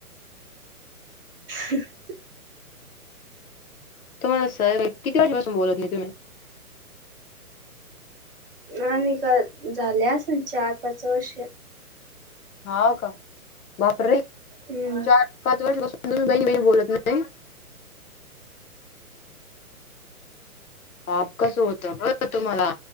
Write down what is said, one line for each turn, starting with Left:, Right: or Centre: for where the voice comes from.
Right: ह् <inaudible>
Left: तु मला सल किती वाजेपासून बोलत नाही तुम्ही?
Right: आम्ही का झाले असन चार -पाच वर्ष
Left: हाव का बापरे!
Right: हम्म
Left: चार, पाच वर्षापासून तुम्ही बहीणी-बहिणी बोलत नाही? बाप कसं होतं ब तुम्हाला,